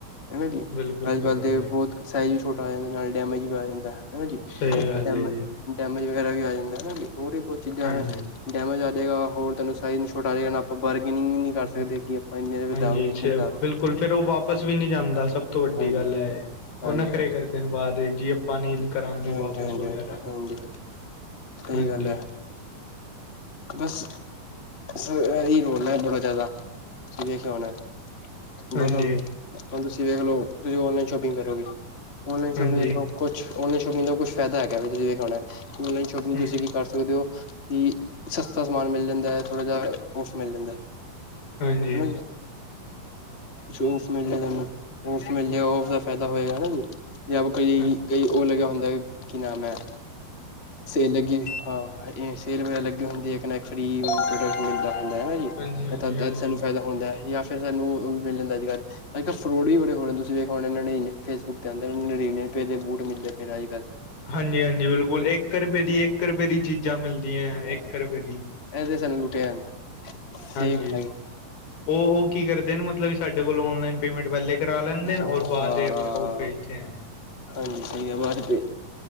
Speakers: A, on the left; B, on the left.
A: ਹਨਾ ਜੀ?
B: ਬਿਲਕੁਲ
A: ਅੱਜ
B: ਸਹੀ
A: ਕੱਲ੍ਹ
B: ਗੱਲ
A: ਤੇ ਬਹੁਤ-
B: ਹੈ ਜੀ
A: ਸਾਈਜ਼ ਵੀ ਛੋਟਾ ਆ ਜਾਂਦਾ, ਨਾਲ ਡੈਮੇਜ ਵੀ ਆ ਜਾਂਦਾ ਹੈਨਾ ਜੀ?
B: ਸਹੀ ਗੱਲ
A: ਡੈਮੇ
B: ਹੈ ਜੀ
A: ਡੈਮੇਜ ਵਗੈਰਾ ਵੀ ਆ ਜਾਂਦਾ ਹਨਾ ਜੀ? ਹੋਰ ਵੀ ਬਹੁਤ ਚੀਜ਼ਾਂ
B: ਹਾਂਜੀ
A: ਹੈ ਡੈਮੇਜ ਆ ਜਾਏਗਾ, ਹੋਰ ਤੁਹਾਨੂੰ ਸਈਜ ਨਹੀਂ ਛੋਟਾ ਆ ਜਾਏਗਾ ਨਾ ਬਾਰਗੇਨਿੰਗ ਨਹੀਂ ਕਰ
B: ਹ
A: ਸਕਦੇ ਕਿ ਆਪਾਂ ਇੰਨੇ ਦੇ
B: ਹਾਂਜੀ,
A: ਦਾਂਗੇ
B: ਅੱਛਾ
A: ਇੰਨੇ ਦਾਂਗੇ
B: ਬਿਲਕੁਲ ਫੇਰ ਉਹ ਵਾਪਸ ਵੀ ਨਹੀਂ ਜਾਂਦਾ, ਸਭ ਤੋਂ ਵੱਡੀ
A: ਹਾਂਜੀ
B: ਗੱਲ ਹੈਏ
A: ਹਾਂਜੀ
B: ਉਹ ਨੱਖਰੇ
A: ਹਾਂਜੀ
B: ਕਰਦੇ ਬਾਅਦ ਜੀ ਪਾ ਨਲ ਕਰਾਂਗੇ
A: ਹਾਂਜੀ ਹਾਂਜੀ
B: ਵਾਪਸ ਵਗੈਰਾ
A: ਹਾਂਜੀ ਹਾਂਜੀ ਸਹੀ
B: ਹਾਂਜੀ।
A: ਗੱਲ ਹੈ ਬਸ ਇਹੀ ਰੋਲ ਬੜਾ ਜਿਆਦਾ ਤੁਸੀਂ ਦੇਖਿਆ ਹੋਨਾ?
B: ਹਾਂਜੀ
A: ਬ ਹ ਤੁਸੀਂ ਦੇਖ ਲ ਤੁਸੀਂ ਔਨਲਾਈਨ ਸ਼ੋਪਿੰਗ ਕਰੋਗੇ ਔਨਲਾਈਨ ਸ਼ੋਪਿੰਗ
B: ਹਾਂਜੀ
A: ਕੁਛ ਔਲਾਈਨ ਸ਼ੋਪਿੰਗ ਕੁਝ ਫਾਇਦਾ ਹੈਗਾ ਵੀ ਤੁਸੀਂ ਦੇਖਣਾ, ਆਨਲਾਈਨ ਸ਼ੋਪਿੰਗ
B: ਹਮ
A: ਤੁਸੀਂ ਕੀ ਕਰ ਸਕਦੇ ਹੋ ਕਿ ਸਸਤਾ ਸਮਾਨ ਮਿਲ ਜਾਂਦਾ ਹੈ, ਥੋੜਾ ਜਾ ਔਫ ਮਿਲ ਜਾਂਦਾ,
B: ਹਾਂਜੀ
A: ਹਨਾ ਜੀ? ਓਫ ਮਿਲਗਾ ਓਫ ਮਿਲੇਗਾ ਓਫ ਦਾ ਫਾਇਦਾ ਹੋਏਗਾ ਨ ਜੀ? ਜਾਂ ਕਈ
B: ਹਾਂਜੀ
A: ਕਈ ਉਹ ਲੱਗਿਆ ਹੁੰਦਾ, ਕੀ ਨਾਮ ਐ? ਸੇਲ ਲੱਗੀ ਹਾਂ, ਸੇਲ ਵਗੈਰਾ ਲੱਗੀ ਹੁੰਦੀ ਇਕ ਨਾਲ ਇਕ ਫਰੀ <inaudible> ਦਾ ਜੀ
B: ਹਾਂਜੀ ਹਾਂਜੀ
A: ਤਾਂ
B: ਹਾਂਜੀ
A: ਅੱਜ ਸਾਨੂੰ ਫ਼ਾਇਦਾ ਹੁੰਦਾ ਹੈ, ਜਾਂ ਫਿਰ ਸਾਨੂੰ ਵੀ ਮਿਲ ਜਾਂਦਾ ਅੱਜ ਕੱਲ੍ਹ! ਅੱਜ ਕੱਲ੍ਹ ਫਰੋਡ ਵੀ ਬੜੇ ਹੋ ਰ ਨੇ ਤੁਸੀਂ ਦੇਖ ਹੋ ਨੜੀਨਵੇ ਫੇਸਬੁੱਕ ਤੇ ਆਉਂਦੇ ਨੇ ਨੜਿਨਵੇ ਰੁਪਏ ਦੇ ਬੂਟ ਮਿਲਦੇ ਪਏ ਅੱਜ- ਕੱਲ੍ਹ!
B: ਹਾਂਜੀ- ਹਾਂਜੀ! ਬਿਲਕੁਲ ਇੱਕ ਰੁਪਏ ਦੀ, ਇੱਕ ਰੁਪਏ ਦੀ ਚੀਜ਼ਾਂ ਮਿਲਦੀਆਂ ਹੈ, ਇੱਕ ਰੁਪਏ ਦੀ,
A: ਐ ਤੇ ਸਾਨੂੰ ਲੁੱਟਿਆ ਜਾਂਦਾ। ਠੀਕ
B: ਹਾਂਜੀ,
A: ਹੈਗੀ
B: ਉਹ ਕੀ ਕਰਦੇ ਨੇ ਮਤਲਬ ਵੀ ਸਾਡੇ ਕੋਲ ਔਨਲਾਈਨ ਪੇਮੈਂਟ ਪਹਿਲੇ ਕਰਾ ਲੈਂਦੇ ਨੇ,
A: ਹਾਂ
B: ਔਰ ਬਾਅਦ
A: ਹਾਂ
B: ਚ ਅਕਾਊ ਭੇਜਦੇ ਆ।
A: ਹਾਂਜੀ, ਸਹੀ ਆਵਾਜ਼ ਭ